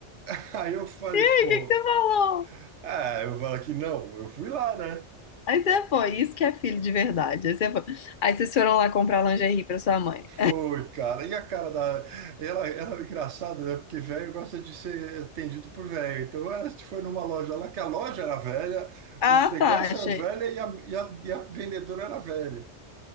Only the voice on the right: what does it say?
<laughs> Aí eu falei,
pô,
é, eu falo aqui, não, eu fui lá, né?
Foi, cara. E a cara da. Ela, ela é engraçada, né? Porque velho gosta de ser atendido por velho. Então ela foi numa loja lá, que a loja era velha,
os negócios
eram velhos e a, e a, e a vendedora era velha.